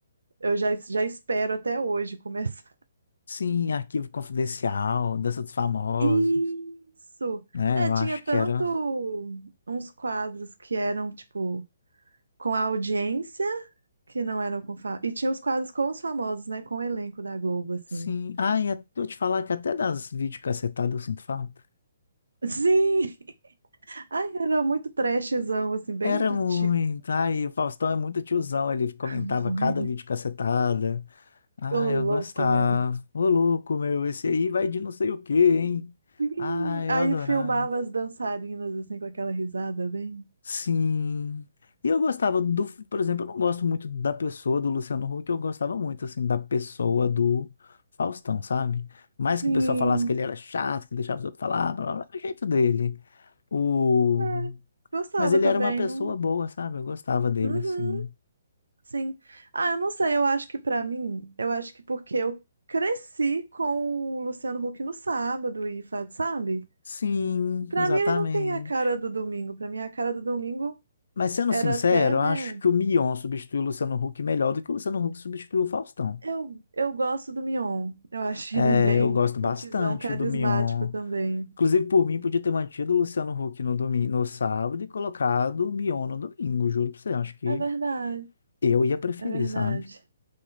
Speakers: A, on the right; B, on the left.
A: Eu já, já espero até hoje <laughs> começar.
B: Sim, Arquivo Confidencial, Dança dos Famosos,
A: Isso!
B: né?
A: É,
B: Eu
A: tinha
B: acho
A: tanto
B: que era.
A: uns quadros que eram, tipo, com a audiência, que não eram com... Fa... E tinha os quadros com os famosos, né, com o elenco da Globo, assim.
B: Sim. Ai, eu vou te falar que até das videocassetadas eu sinto falta.
A: Sim! <laughs> Ai, era muito trashzão, assim, bem
B: Era
A: de
B: muito.
A: tiozão.
B: Ai, o Faustão é muito tiozão, ele comentava
A: <laughs>
B: cada videocassetada. Ai,
A: Ô, louco,
B: eu gostava.
A: meu.
B: Ô, louco, meu, esse aí vai de não sei o quê, hein?
A: Sim.
B: Ai,
A: Aí
B: eu adorava.
A: filmava as dançarinas assim com aquela risada bem.
B: Sim. E eu gostava do, por exemplo, eu não gosto muito da pessoa do Luciano Huck, eu gostava muito, assim, da pessoa do Faustão, sabe? Mais
A: Sim.
B: que o pessoal falasse que ele era chato, que deixava os outros falar, blá, blá, blá, o jeito dele. O...
A: É, gostava
B: Mas ele
A: também,
B: era uma pessoa
A: não.
B: boa, sabe? Eu gostava dele,
A: Uhum,
B: assim.
A: sim. Ah, eu não sei, eu acho que pra mim, eu acho que porque eu cresci com o Luciano Huck no sábado e faz, sabe?
B: Sim,
A: Pra
B: exatamente.
A: mim ele não tem a cara do domingo, pra mim a cara do domingo
B: Mas sendo
A: era
B: sincero,
A: até, né?
B: eu acho que o Mion substituiu o Luciano Huck melhor do que o Luciano Huck substituiu o Faustão.
A: Eu, eu gosto do Mion. Eu acho
B: É,
A: ele bem
B: eu gosto bastante
A: mutizão, carismático
B: do Mion.
A: também.
B: Inclusive, por mim, podia ter mantido o Luciano Huck no domingo, no sábado e colocado o Mion no domingo, juro pra você. Acho que
A: É verdade,
B: eu ia preferir,
A: é verdade.
B: sabe?